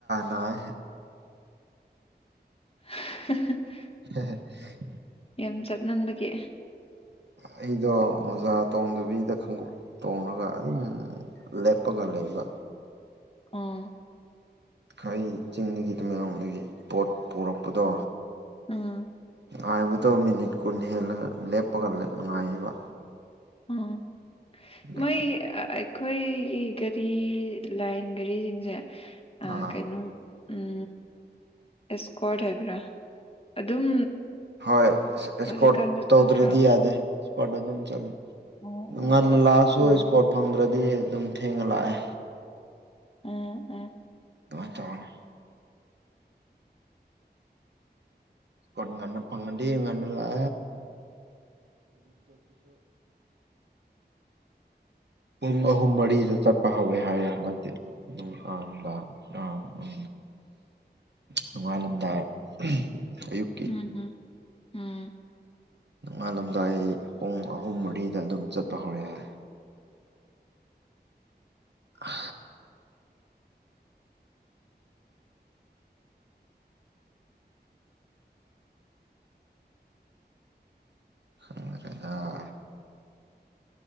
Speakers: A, on the right; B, on the left.
A: ꯅꯥꯏ
B: <unintelligible>
A: <unintelligible>
B: ꯌꯥꯝ ꯆꯠꯃꯟꯕꯒꯤ
A: ꯑꯩꯗꯣ ꯃꯣꯖꯥ ꯇꯣꯡꯗꯕꯤꯗ ꯈꯪꯎꯞ ꯇꯣꯡꯉꯒ ꯑꯗꯨꯝ ꯂꯦꯞꯄꯒ ꯂꯩꯕ
B: ꯑꯣ
A: ꯑꯩꯏ ꯆꯤꯡꯗꯒꯤ ꯇꯨꯃꯦꯡꯂꯣꯡꯗꯒꯤ ꯄꯣꯠ ꯄꯨꯔꯛꯄꯗꯣ
B: ꯎꯝ
A: ꯉꯥꯏꯕꯗꯣ ꯃꯤꯅꯤꯠ ꯀꯨꯟ ꯍꯦꯜꯂꯒ ꯂꯦꯞꯄꯒ ꯉꯥꯏꯕ
B: ꯎꯝ
A: ꯑꯗꯒꯤ
B: ꯃꯣꯏ ꯑꯩꯈꯣꯏꯒꯤ ꯒꯥꯔꯤ ꯂꯥꯏꯟ ꯒꯥꯔꯤꯁꯤꯡꯁꯦ
A: ꯑꯥ
B: ꯀꯩꯅꯣ ꯎꯝ ꯑꯦꯁꯀ꯭ꯋꯥꯠ ꯍꯥꯏꯕ꯭ꯔꯥ ꯑꯗꯨꯝ
A: ꯍꯣꯏ ꯏꯁꯀꯣꯔ
B: ꯍꯧꯖꯤꯛꯀꯥꯟꯁꯨ
A: ꯇꯧꯗ꯭ꯔꯗꯤ
B: ꯆꯠꯄ꯭ꯔꯥ
A: ꯌꯥꯗꯦ ꯏꯁꯀꯣꯔꯠꯇ ꯑꯗꯨꯝ ꯆꯠꯂ
B: ꯑꯣ ꯑꯣ
A: ꯉꯟꯅ ꯂꯥꯛꯑꯁꯨ
B: ꯑꯣ
A: ꯏꯁꯀꯣꯔꯠ ꯐꯪꯗ꯭ꯔꯗꯤ ꯑꯗꯨꯝ ꯊꯦꯡꯅ ꯂꯥꯛꯑꯦ
B: ꯎꯝ ꯎꯝ
A: ꯉ ꯇꯧꯅ ꯉꯟꯅꯂꯥꯛ ꯑꯦ ꯄꯉꯗꯤꯅ ꯂ ꯄꯨꯡ ꯑꯍꯨꯝ ꯃꯔꯤꯗ ꯆꯠꯄ ꯍꯧꯋꯦ ꯍꯥꯏꯌꯦ ꯅꯠꯇꯦ ꯎ ꯑꯅ ꯂ ꯑ ꯎ ꯅꯣꯡꯉꯥꯜꯂꯝꯗꯥꯏ ꯑꯌꯨꯛ
B: ꯎꯝ ꯍꯝ ꯎꯝ
A: ꯅꯣꯡꯉꯥꯜꯂꯝꯗꯥꯏ ꯄꯨꯡ ꯑꯍꯨꯝ ꯃꯔꯤꯗ ꯑꯗꯨꯝ ꯆꯠꯄ ꯍꯧꯔꯛꯦ ꯑ ꯑꯦꯗ <inaudible>